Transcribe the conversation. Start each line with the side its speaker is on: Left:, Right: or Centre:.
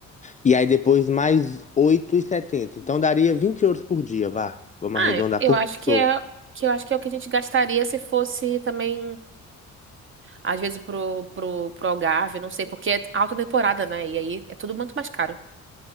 Left: E aí depois mais oito e setenta então daria 20 euros por dia, vá. Vamos
Right: Ah,
Left: arredondar
Right: eu
Left: por
Right: acho
Left: pessoa.
Right: que é que eu acho que é o que a gente gastaria se fosse também, às vezes, pro, pro, pro Algarve, não sei, porque é alta temporada, né? E aí é tudo muito mais caro.